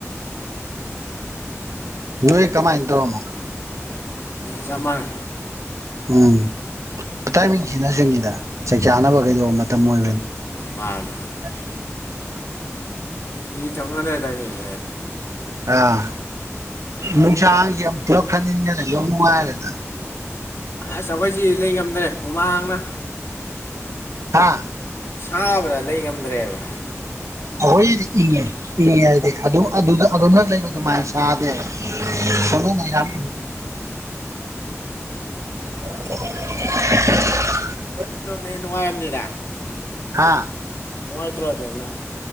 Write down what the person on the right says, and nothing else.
ꯅꯣꯏ ꯀꯃꯥꯏꯟꯗꯧꯔꯅ
ꯎꯝ ꯇꯥꯏꯃꯤꯡꯁꯤꯅ ꯁꯅꯤꯗ ꯆꯩ ꯆꯥꯅꯕ ꯀꯩꯗꯧꯕ ꯃꯇꯝ ꯑꯣꯏꯕꯅꯤ
<inaudible>
ꯑꯥ ꯅꯨꯡꯁꯥꯡꯁ ꯌꯥꯝ ꯄꯨꯂꯞ ꯈꯟꯅꯤꯡꯟꯈꯅ ꯌꯥꯝ ꯅꯨꯡꯉꯥꯏꯔꯦꯅ
ꯍꯥꯥ
ꯍꯣꯏ ꯎ ꯌꯥꯗꯦ ꯑꯗꯨ ꯑꯗꯨꯗ ꯑꯗꯨꯝꯅ ꯂꯩꯕ ꯑꯗꯨꯃꯥꯏꯅ ꯆꯥꯗꯦꯕ ꯁꯣꯗꯅ ꯌꯥꯝ <inaudible>
ꯍꯥꯥ